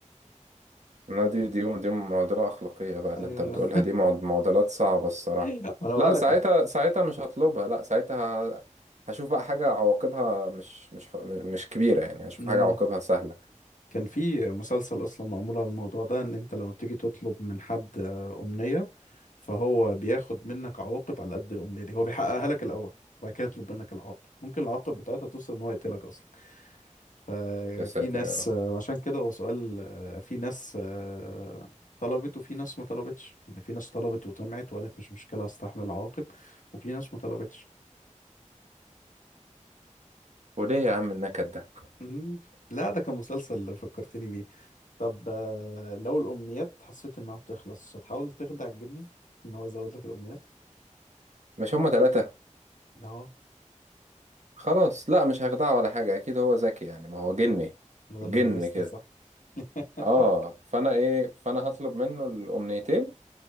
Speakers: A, on the right (about 65°); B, on the left (about 80°).
A: لا دي دي دي معضلة أخلاقية بقى اللي
B: ايوه
A: أنت بتقولها دي معض- معضلات صعبة الصراحة
B: <laughs> انا بقول
A: لا
B: لك
A: ساعتها ساعتها مش هطلبها لا ساعتها ه- هشوف بقى حاجة عواقبها مش مش ح- مش كبيرة يعني هشوف
B: امم
A: حاجة عواقبها سهلة
B: كان في مسلسل اصلا معمول على الموضوع ده ان انت لما بتيجي تطلب من حد آه، امنية فهو بياخد منك عواقب على قد الامنية دي هو بيحققها لك الاول وبعد كده يطلب منك العواقب ممكن العواقب بتاعتها توصل ان هو يقتلك اصلا ففي
A: يا ساتر
B: ناس
A: يا رب
B: آه، عشان كده هو سؤال آه، في ناس آه، طلبت وفي ناس ما طلبتش يعني في ناس طلبت وطمعت وقالت مش مشكلة هستحمل العواقب وفي ناس ما طلبتش
A: وليه يا عم النكد ده
B: مهم. لا ده كان مسلسل فكرتني طب آه، لو الأمنيات حسيت إنها بتخلص هتحاول تخدع الجني إن هو يزود لك الأمنيات؟
A: مش هما تلاتة
B: أهو
A: خلاص لا مش هخدعه ولا حاجة أكيد هو ذكي يعني ما هو جني
B: بدل
A: جن
B: ما يلبسني
A: كده
B: صح <laughs>
A: اه فأنا إيه فأنا هطلب منه الأمنيتين